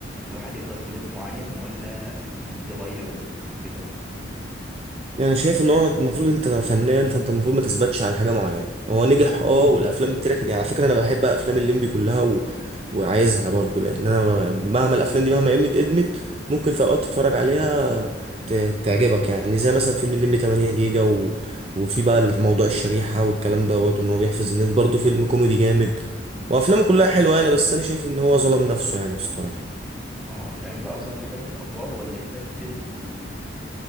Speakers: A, in the centre; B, on the right.
A: ان واحد يفضل في لون معين ولا المفروض يغير و- وكده
B: يعني أنا شايف ان هو المفروض انت فنان فانت المفروض ما تثبتش على حاجه معينه هو نجح اه والافلام بتاعتك يعني على فكره انا بحب افلام الليمبي كلها و... وعايزها برضو لان انا مهما الافلام دي مهما قيمت ادمت ممكن في اوقات تتفرج عليها ت... تعجبك يعني زي مثلا فيلم الليمبي 8 جيجا و... وفي بقى موضوع الشريحه والكلام دوت وان هو بيحفظ الناس برضو فيلم كوميدي جامد وافلامه كلها حلوه يعني بس انا شايف ان هو ظلم نفسه يعني بصراحه
A: اه يعني انت قصدك يبدل ادوار ولا يبدل ال...